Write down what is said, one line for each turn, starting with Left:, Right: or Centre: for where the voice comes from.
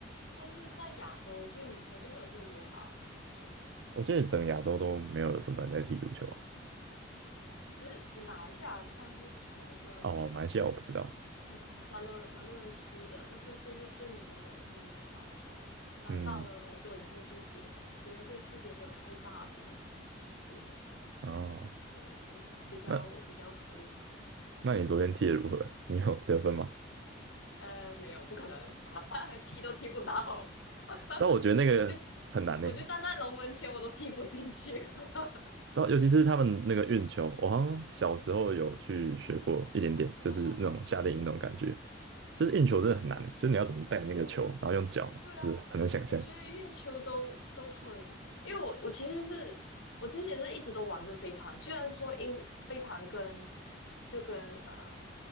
Left: 但是在亚洲对女生就没有这么友好，我觉得。
Right: 我记得整个亚洲都没有什么人在踢足球啊。
Left: 可是马来西亚算是其中一个很
Right: 哦，马来西亚我不知道。
Left: 嗯，蛮多人蛮多人踢的，但是就是对女生没有这么友好，我觉得。然后到了欧洲以后，
Right: 嗯，
Left: 就别别人对性别没有太大的歧视，这样，
Right: 哦，
Left: 所以嗯，比较比较可以玩。
Right: 那那你昨天踢的如何？你有得分吗？
Left: 呃，没有，不可能，<laughs> 踢都踢不到，<laughs>
Right: 但我觉得那个很难呢。
Left: 我就我就站在龙门前，我都踢不进去。<laughs>
Right: 到尤其是他们那个运球，我好像小时候有去学过一点点，就是那种夏令营那种感觉。
Left: 哦，
Right: 就是运球真的很难欸，就是你要怎么带那个球，
Left: 我
Right: 然后用脚，
Left: 对啊，
Right: 是很难想象
Left: 我觉得运球都都很，因为我我其实是我之前是一直都玩着飞盘，虽然说因飞盘跟就跟呃